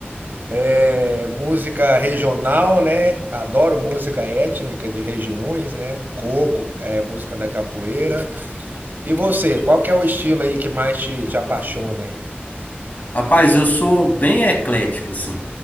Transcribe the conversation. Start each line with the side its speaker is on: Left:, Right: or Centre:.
Right: É música regional, né? Adoro música étnica de regiões, né? Coco, é música da capoeira. E você, qual que é o estilo aí que mais te, te apaixona aí?
Left: Rapaz, eu sou bem eclético, assim.